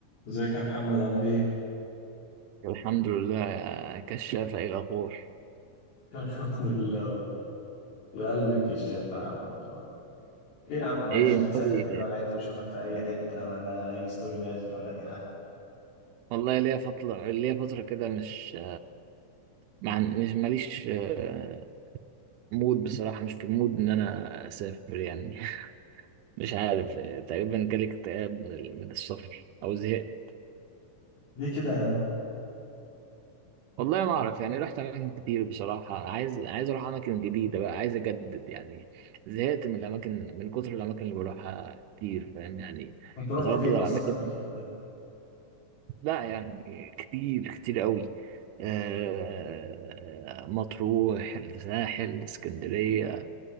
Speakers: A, on the left (about 65°); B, on the right (about 90°).
A: ازيك يا محمد عامل ايه؟
B: الحمد لله يا كشافة ايه الأخبار؟
A: <laughs> الحمد لله والله يا قلبي الكشاف يا عم والله ايه يا عم ما
B: ايه
A: انتش بتسافر
B: ناوي
A: كده ولا انت بشوفك في اي حتة ولا اي ستوري نازل ولا اي حاجة
B: والله ليا فترة ليا فترة كده مش مع مش ماليش آه، مود بصراحة مش في المود إن أنا أسافر يعني <laughs> مش عارف آه، تقريبا جالي اكتئاب من ال- من السفر أو زهقت
A: ليه كده يا عم؟
B: والله ما أعرف يعني رحت أماكن كتير بصراحة عايز عايز أروح أماكن جديدة بقى عايز أجدد يعني زهقت من الأماكن من كتر الأماكن اللي بروحها كتير فاهم يعني
A: انت رحت
B: بتردد
A: فين
B: على
A: اصلا
B: الأماكن
A: قبل كده طيب؟
B: لا يعني كتير كتير قوي آه، مطروح الساحل اسكندرية